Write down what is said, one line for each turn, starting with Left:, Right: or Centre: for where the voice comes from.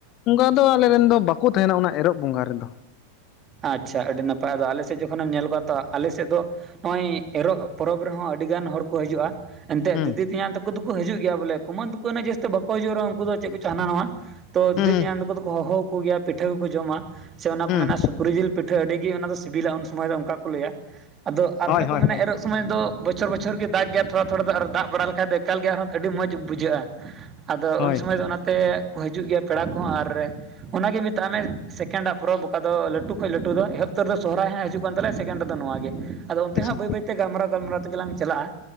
Left: ᱚᱱᱠᱟ ᱫᱚ ᱟᱞᱮᱨᱮᱱ ᱫᱚ ᱵᱟᱠᱚ ᱛᱟᱦᱮᱱᱟ ᱚᱱᱟ ᱮᱨᱚᱜ ᱵᱚᱸᱜᱟ ᱨᱮᱫᱚ
Right: ᱟᱪᱪᱷᱟ ᱟᱹᱰᱤ ᱱᱟᱯᱟᱭ ᱟᱫᱚ ᱟᱞᱮᱥᱮᱫ ᱡᱚᱠᱷᱚᱱ ᱮᱢ ᱧᱮᱞ ᱠᱚᱣᱟ ᱛᱚ ᱟᱞᱮ ᱥᱮᱫ ᱫᱚ ᱱᱚᱜᱼᱚᱭ ᱮᱨᱚᱜ ᱯᱚᱨᱚᱵᱽ ᱨᱮᱦᱚᱸ ᱟᱹᱰᱤ ᱜᱟᱱ ᱦᱚᱲ ᱠᱚ ᱦᱤᱡᱩᱜᱼᱟ ᱮᱱᱛᱮᱫ
Left: ᱦᱩᱸ
Right: ᱫᱤᱫᱤ ᱛᱮᱧᱟᱝ ᱛᱮᱠᱚ ᱫᱚ ᱦᱤᱡᱩᱜ ᱜᱮᱭᱟ ᱵᱚᱞᱮ ᱠᱩᱢᱟᱝ ᱛᱟᱠᱚ ᱡᱟᱹᱥᱛᱤ ᱵᱟᱠᱚ ᱦᱤᱡᱩᱜ ᱨᱮ ᱩᱱᱠᱩ ᱫᱚ ᱪᱮᱫ ᱠᱚ ᱪᱚ ᱦᱟᱱᱟ ᱱᱟᱣᱟ ᱛᱚ
Left: ᱦᱩᱸ
Right: ᱫᱤᱫᱤ ᱛᱮᱭᱟᱝ ᱛᱟᱠᱚ ᱫᱚᱠᱚ ᱦᱚᱦᱚᱣᱟᱠᱚ ᱜᱮᱭᱟ ᱯᱤᱴᱷᱟᱹ ᱠᱚᱠᱚ ᱡᱚᱢᱟ ᱥᱮ ᱚᱱᱟ ᱠᱚ
Left: ᱦᱩᱸ
Right: ᱢᱮᱱᱟ ᱥᱤᱠᱨᱤ ᱡᱤᱞ ᱯᱤᱴᱷᱟᱹ ᱟᱹᱰᱤᱜᱮ ᱚᱱᱟ ᱫᱚ ᱥᱤᱵᱤᱞᱟ ᱩᱱ ᱥᱚᱢᱚᱭ ᱫᱚ ᱚᱱᱠᱟ ᱠᱚ ᱞᱟᱹᱭᱟ ᱟᱫᱚ ᱟᱨ
Left: ᱦᱳᱭ
Right: ᱚᱱᱮ
Left: ᱦᱳᱭ
Right: ᱠᱚ ᱢᱮᱱᱟ
Left: ᱦᱳᱭ
Right: ᱮᱨᱚᱜ ᱥᱚᱢᱚᱭ ᱫᱚ ᱵᱚᱪᱷᱚᱨ ᱵᱚᱪᱷᱚᱨ ᱜᱮ ᱫᱟᱜ ᱜᱮ ᱛᱷᱚᱲᱟ ᱛᱷᱚᱲᱟ ᱫᱚ ᱟᱨ ᱫᱟᱜ ᱵᱟᱲᱟ ᱞᱮᱠᱷᱟᱡ ᱫᱚ ᱮᱠᱟᱞ ᱜᱮ ᱟᱨᱦᱚᱸ ᱟᱹᱰᱤ ᱢᱚᱡᱽ ᱵᱩᱡᱷᱟᱹᱜᱼᱟ ᱟᱫᱚ
Left: ᱦᱳᱭ
Right: ᱩᱱ ᱥᱚᱢᱚᱭ ᱫᱚ ᱚᱱᱟᱛᱮ ᱠᱚ ᱦᱤᱡᱩᱜ ᱜᱮᱭᱟ᱾ ᱯᱮᱲᱟ ᱠᱚᱦᱚᱸ ᱟᱨ ᱚᱱᱟᱜᱮ ᱢᱮᱛᱟᱜ ᱢᱮ, ᱥᱮᱠᱮᱱᱰᱟᱜ ᱯᱚᱨᱚᱵᱽ ᱚᱠᱟᱫᱚ ᱞᱟᱹᱴᱩ ᱞᱟᱹᱴᱩ ᱠᱷᱚᱡ ᱞᱟᱹᱴᱩ ᱫᱚ ᱮᱦᱚᱵ ᱩᱛᱟᱹᱨ ᱨᱮ ᱥᱚᱨᱦᱟᱭ ᱦᱟᱸᱜ ᱦᱤᱡᱩᱜ ᱠᱟᱱ ᱛᱟᱞᱮᱸᱭᱟ, ᱥᱮᱠᱮᱱᱰ ᱨᱮᱫᱚ ᱱᱚᱣᱟ ᱜᱮ᱾ ᱟᱫᱚ ᱚᱱᱛᱮᱦᱟᱸᱜ
Left: ᱟᱪᱪᱷᱟ
Right: ᱵᱟᱹᱭ ᱵᱟᱹᱭᱛᱮ ᱜᱟᱞᱢᱟᱨᱟᱣ ᱜᱟᱞᱢᱟᱨᱟᱣ ᱛᱮᱜᱮ ᱞᱟᱝ ᱪᱟᱞᱟᱜᱼᱟ